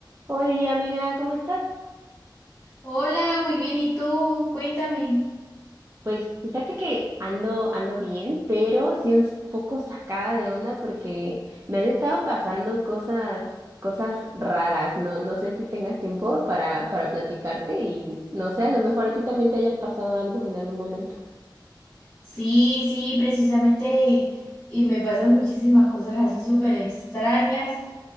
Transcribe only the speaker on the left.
Hola, muy bien. ¿Y tú? Cuéntame.
Sí, sí, precisamente, y me pasan muchísimas cosas así súper extrañas